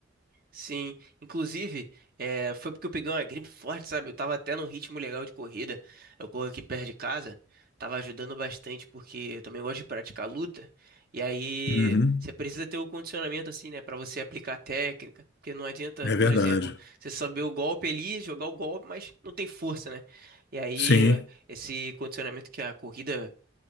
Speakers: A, on the right; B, on the left.
A: Sim, inclusive, é, foi porque eu peguei uma gripe forte, sabe? Eu tava até num ritmo legal de corrida. Eu corro aqui perto de casa, tava ajudando bastante porque eu também gosto de praticar luta. E aí,
B: Uhum,
A: você precisa ter o condicionamento assim, né, Pra você aplicar a técnica, porque não adianta,
B: é
A: por
B: verdade.
A: exemplo, você saber o golpe ali, jogar o golpe, mas não tem força, né? E aí,
B: Sim,
A: esse condicionamento que a corrida